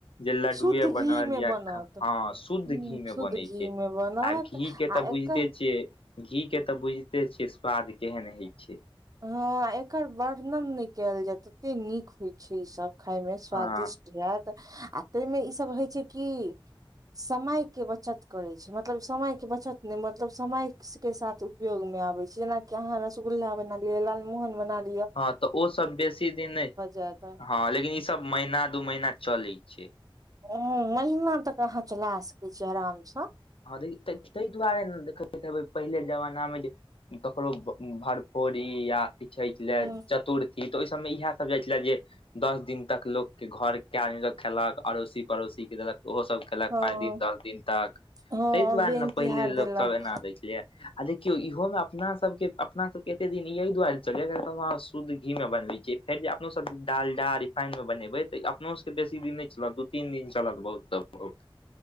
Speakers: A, on the left (about 75°); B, on the right (about 40°).
A: जे लडुए
B: शुद्ध घी
A: बनल
B: मे
A: या
B: बनत
A: खा- हँ शुद्ध
B: ह
A: घी मे
B: शुद्ध
A: बनै
B: घी
A: छै
B: मे बनत
A: आ घी घी के तऽ
B: आ एकर
A: बुइझते छियै घी के तऽ बुइझते छिये स्वाद केहन होय छैय।
B: हँ एकर वर्णन नैय कैल जाय, तते नीक होय छै ई सब खाय मे स्वादिष्ट
A: हँ
B: इहैत आ तैय मे इ सब होय छै कि समय के बचत करै छै। मतलब समय के बचत नैय मतलब समय-के साथ- उपयोग मे आबेै छै। जेनाकि अहाँ रसगुल्ला बना लिय लालमोहन बना लि-
A: हँ तऽ ओ सब बेसी दिन नैय
B: जायत
A: हँ लेकिन इ सब महीना दू महीना चलय छैय।
B: हं महिना तक अहाँ चला सकैय छियै अराम स।
A: <unintelligible> तै- तै- तैय दुआरे न देख ब - खबै पहिले जमाना मे जे ककरो ब-भड़फोड़ी या- कि छैठ
B: ह
A: लय चतुर्थी त ओय सब मे इएह सभ जाय छेला जे- दस दिन तक लोक के घर के आदमी सब खेलक अड़ोसी पड़ोसी के देलक ओहो सब केलक
B: हँ
A: पाँच दिन दस दिन तक।
B: हँ
A: तैय दुआरे
B: बेन
A: ने
B: तिहार
A: पहिले लोक
B: देलक
A: सब एना रहै छेलैयै। आ देखियो इहो में अपना सब के अपना सब के एते दिन इअय दुआरे चलयै <unintelligible> शुद्ध घी में बनवै छीयै। फेर जे अपनो सब डालडा, रिफाइन मे बनेबय तऽइअपनो सबके बेसी दिन नैय चलत दू तीन दिन चलत बहुत तऽ बहुत।